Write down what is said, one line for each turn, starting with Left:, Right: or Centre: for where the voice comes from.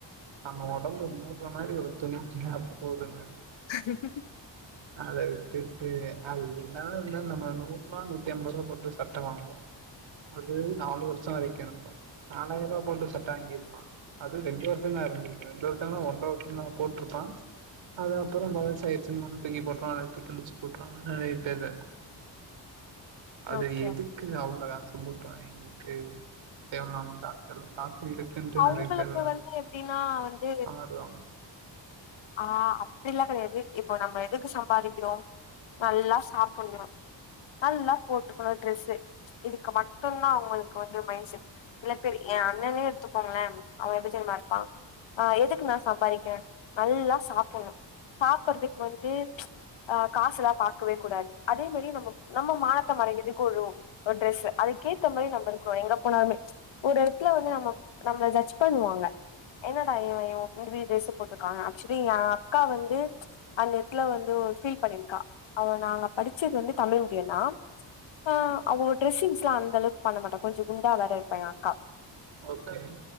Right: ஆமா ஒடம்பு முறுக் மாரி ஒரு துணி அது போதுங்க
Left: <inaudible>
Right: அத விட்டுட்டு அது என்ன இருந்தா நம்ம நூறு ரூபா நூத்தி ஐம்பது ரூபா போட்டு சட்ட வாங்குவோ அது நாலு வருஷம் வெக்கணு நாலாயிரம் ரூபா போட்டு சட்ட வாங்கியிருப்பான் அது ரெண்டு வருஷம் தா இருந்திருப்ப ரெண்டு வருஷங்கா ஒன்ற வருஷம் தா போட்டிருப்பா அது அப்புறம் பலசாயிடுச்சுன்னு தூக்கி போட்டுறுவா இல்லாட்டி கிழிச்சு போட்டுறுவா நெறைய பேரு அது
Left: ஓகே
Right: எதுக்கு அவ்ளோ காசு போட்டு வாங்கிட்டு தேவயில்லாம காசு செலவு இருக்குன்ட்டு
Left: அவங்களுக்கு
Right: நிறைய பேர்
Left: வந்து எப்டின்னா வந்து
Right: ஆடுவாங்க
Left: ஆஹ் அப்டில்லா கெடையாது இப்போ நம்ம எதுக்கு சம்பாதிக்கிறோம் நல்லா சாப்பிடணு நல்லா போட்டுக்கணு ட்ரெஸ்சு இதுக்கு மட்டும்தா அவங்களுக்கு வந்து மைண்ட செட் சில பேர் ஏ அண்ணனே எடுத்துக்கோங்களே அவன் விஜய் மாரி தா இருப்பா ஆஹ் எதுக்கு நா சம்பாதிக்கிறேன் நல்லா சாப்பிடணு சாப்புடறதுக்கு வந்து அஹ் காசு இல்லா பாகக்கவே கூடாது அதே மாரி நம்ம நம்ம மானத்தை மறைக்கிறதுக்கு ஒரு ஒரு ட்ரெஸ்சு அதுக்கேத்த மாரி நம்ம இருக்கிறோ எங்க போனாலமே ஒரு எடத்துல வந்து நம்ம நம்மள ஜடஜ் பண்ணுவாங்க என்னடா இவ இந்த மாரி டிரெஸ் போட்டு க்க ஆக்சுலி ஏ அக்கா வந்து அந்த எடத்துல வந்து ஒரு பீல் பண்ணிருக்கா அவ நாங்க படிச்சது வந்து தமிழ் மீடியம்னா அஹ் அவ டிரெஸ்சிங்ஸ்ல்லாம் அந்த அளவுக்கு பண்ண மாட்டோம் கொஞ்சம் குண்டா வேற இருப்பா ஏ அக்கா
Right: ஓகே